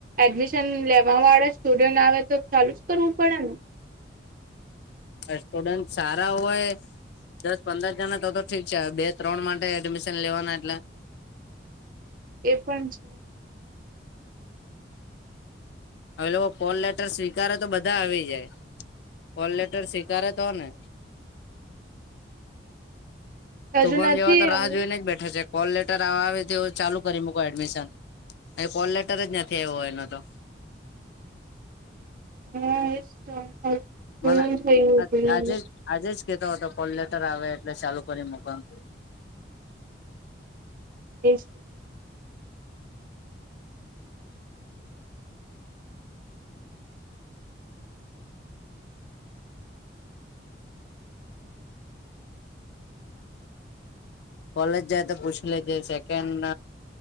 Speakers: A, on the right; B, on the left.
A: એડમિશન લેવા વાળા સ્ટુડન્ટ આવે તો ચાલુ જ કરવું પડેન.
B: પણ સ્ટુડન્ટ સારા હોય દસ પંદર જણા તો-તો ઠીક છે. હવે બે-ત્રણ માટે એડમિશન લેવાના એટલે
A: એ પણ છે.
B: હવે લોકો કોલ લેટર સ્વીકારે તો બધા આવી જાય કોલ લેટર સ્વીકારે તો ને શુભમ
A: હજુ નથી
B: જેવા તો રાહ
A: હવે
B: જોઈને જ બેઠા છે કોલ લેટર આવે તેવું ચાલુ કરી મૂકો એડમિશન એને કોલ લેટર જ નથી આવ્યો એને તો
A: <unintelligible>
B: મને આજે આજે જ કહેતો હતો કોલ લેટર આવે એટલે ચાલુ કરી મૂકવાનું
A: <inaudible>
B: કોલેજ જાય તો પૂછ લેજે સેકન્ડ